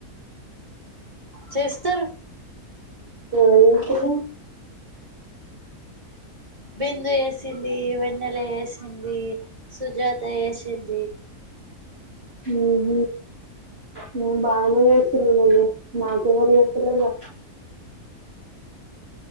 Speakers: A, on the right; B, on the right.
A: చేస్తుర్రు
B: ఎవరు చేస్తుర్రు
A: బిందు చేసింది వెన్నెల చేసింది సుజాత చేసింది
B: ఉహ నువ్వు బాగానే చేసిర్రు నువ్వు నాకు ఎవరు చేస్తలేరుగా